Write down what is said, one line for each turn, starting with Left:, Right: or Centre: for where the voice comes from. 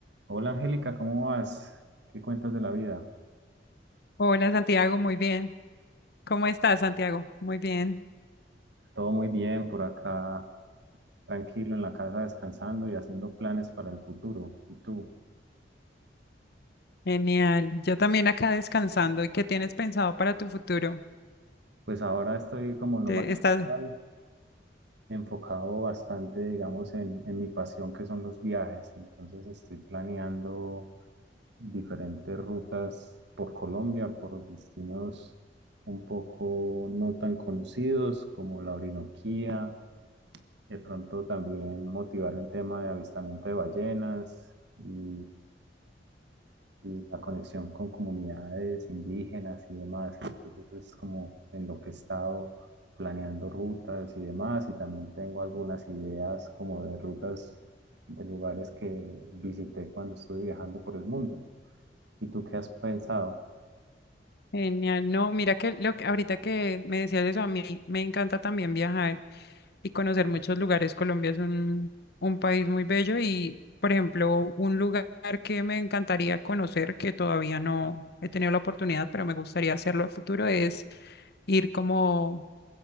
Right: Hola Angélica, ¿cómo vas? ¿Qué cuentas de la vida?
Left: Hola Santiago, muy bien. ¿Cómo estás, Santiago? Muy bien.
Right: Todo muy bien por acá, tranquilo en la casa, descansando y haciendo planes para el futuro. ¿Y tú?
Left: Genial. Yo también acá descansando. ¿Y qué tienes pensado para tu futuro?
Right: Pues ahora estoy como nómada
Left: ¿Te-
Right: digital,
Left: estás
Right: enfocado bastante, digamos, en, en mi pasión que son los viajes. Entonces estoy planeando diferentes rutas por Colombia, por destinos un poco no tan conocidos como la Orinoquía De pronto también motivar el tema de avistamiento de ballenas y, y la conexión con comunidades indígenas y demás. Entonces eso es como en lo que he estado planeando rutas y demás. Y también tengo algunas ideas como de rutas de lugares que visité cuando estuve viajando por el mundo. ¿Y tú qué has pensado?
Left: genial. No, mira que lo que ahorita que me decías eso, a mí me encanta también viajar y conocer muchos lugares. Colombia es un, un país muy bello y, por ejemplo, un lugar que me encantaría conocer, que todavía no he tenido la oportunidad, pero me gustaría hacerlo a futuro, es ir como